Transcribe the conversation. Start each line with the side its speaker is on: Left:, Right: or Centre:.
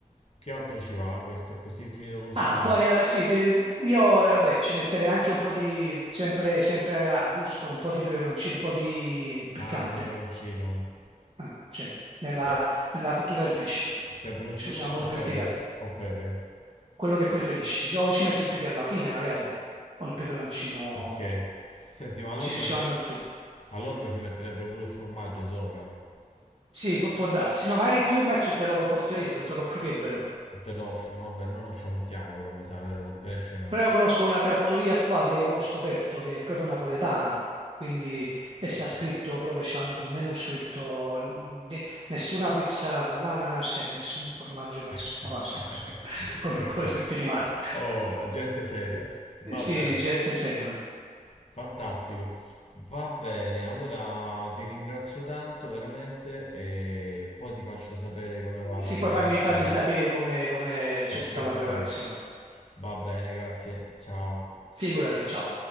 Left: Che altro ci va questo? È così, è finito così?
Right: Ah, poi eh, sì, sì, io vabbè, ci metterei anche un po' di, sempre, sempre a gusto, un po' di peperoncino, un po' di piccante,
Left: Ah, peperoncino.
Right: Ah, sì, nella,
Left: Pe-
Right: nella cottura del pesce,
Left: peperoncino
Right: ce lo siamo
Left: o
Right: dimenticati.
Left: pepe? O pepe.
Right: Quello che preferisci, ci- o ci metti il pepe alla fine magari, o il peperoncino,
Left: Ok. Senti, ma a Londra,
Right: ci, ci
Left: ci-
Right: vanno tutte e due.
Left: a Londra ci metterebbero pure il formaggio sopra?
Right: Sì, può, può darsi, no, magari più in merce te lo porterebbero, te lo offrirebbero.
Left: O te lo offrono? Vabbè, noi non ce lo mettiamo però, mi sa, vero, col pesce no?
Right: Però io conosco una trattoria qua che mo ho scoperto che è proprio napoletana, quindi e sta scritto, proprio ce l'hanno sul menù scritto n- ne- nessuna pizza con l'ananas e nessun formaggio, penso,
Left: <laughs>
Right: sulla pasta, <laughs> con,
Left: Ecco.
Right: con le frutte di mare.
Left: Oh, gente seria. Vabbè.
Right: Sì, sì, gente seria.
Left: Fantastico. Va bene, allora ti ringrazio tanto veramente e poi ti faccio sapere come va la
Right: Sì,
Left: preparazione.
Right: poi fammi, fammi sapere come, come risulta
Left: E certamente.
Right: la preparazione.
Left: Va bene, grazie. Ciao.
Right: Figurati, ciao.